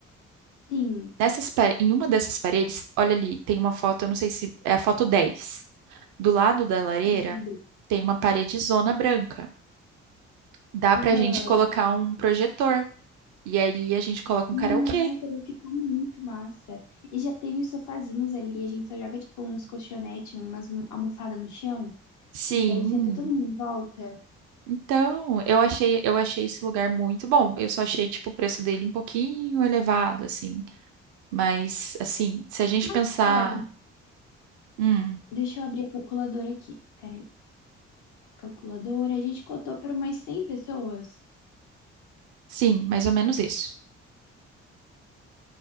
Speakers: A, on the left (about 50°); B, on the right (about 55°).
A: Sim,
B: Nessas, pa- em uma dessas paredes, olha ali, tem uma foto, eu não sei se é a foto dez Do lado da lareira
A: deixa eu ver.
B: tem uma parede zona branca. Dá
A: Aham.
B: pra gente colocar um projetor. E ali a gente coloca
A: Nossa,
B: um karaokê.
A: vai ficar muito massa. E já tem os sofazinhos ali, a gente só joga, tipo, uns colchonetes, umas almofadas no chão,
B: Sim.
A: e daí senta todo mundo em volta.
B: Então, eu achei, eu achei esse lugar muito bom. Eu só achei, tipo, o preço dele um pouquinho elevado, assim. Mas, assim, se a gente
A: Mas
B: pensar,
A: olha.
B: hum,
A: Deixa eu abrir a calculadora aqui. Peraí. Calculadora. A gente cotou para umas 100 pessoas.
B: sim, mais ou menos isso.